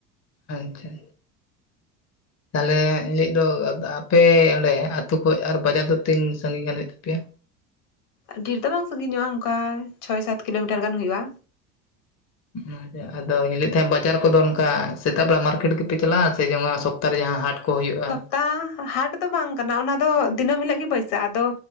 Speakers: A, on the left (about 35°); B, on the left (about 55°).
A: ᱟᱪᱪᱷᱟ ᱛᱟᱦᱚᱞᱮ ᱤᱧ ᱞᱟᱹᱮᱫ ᱫᱚ <unintelligible> ᱟᱯᱮ ᱚᱸᱰᱮ ᱟᱛ ᱠᱷᱚᱱ ᱟᱨ ᱵᱟᱡᱟᱨ ᱫᱚ ᱛᱤᱧ ᱥᱟᱺᱜᱤᱧ ᱜᱟᱱ ᱦᱩᱭᱩᱜ ᱛᱟᱯᱮᱭᱟ?
B: ᱰᱷᱮᱨ ᱫᱚ ᱵᱟᱝ ᱥᱟᱺᱜᱤᱧ ᱧᱚᱜᱼᱟ ᱚᱱᱠᱟ ᱪᱷᱚᱭ ᱥᱟᱛ ᱠᱤᱞᱳᱢᱤᱴᱟᱨ ᱜᱟᱱ ᱦᱩᱭᱩᱜᱼᱟ᱾
A: <unintelligible> ᱟᱫᱚ ᱧᱮᱞᱟ ᱛᱟᱦᱮᱸᱫ ᱵᱟᱡᱟᱨ ᱠᱚᱫᱚ ᱚᱱᱠᱟ ᱥᱮᱛᱟᱜ ᱵᱮᱲᱟ ᱢᱟᱨᱠᱮᱴ ᱜᱮᱯᱮ ᱪᱟᱞᱟᱜᱼᱟ ᱥᱮ ᱡᱮ ᱥᱚᱯᱛᱟᱦᱚ ᱨᱮ ᱡᱟᱦᱟᱸ ᱦᱟᱴ ᱠᱚ ᱦᱩᱭᱩᱜᱼᱟ᱾
B: ᱛᱟ ᱦᱟᱴ ᱫᱚ ᱵᱟᱝ ᱠᱟᱱᱟ᱾ ᱚᱱᱟ ᱫᱚ ᱫᱤᱱᱟᱹᱢ ᱦᱤᱞᱚᱜ ᱜᱮ ᱵᱟᱹᱭᱥᱟᱹᱜᱼᱟ, ᱟᱫᱚ᱾